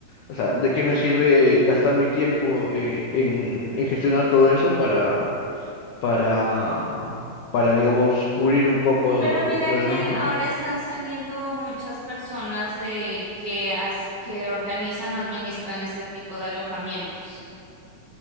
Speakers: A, on the left; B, on the right.
A: o sea, ¿de qué me sirve gastar mi tiempo eh, en, en gestionar todo eso para, para, para, digamos, cubrir un poco
B: Pero mira
A: lo
B: que
A: demás, ¿no?
B: ahora están saliendo muchas personas de que, as- que organizan o administran este tipo de alojamientos.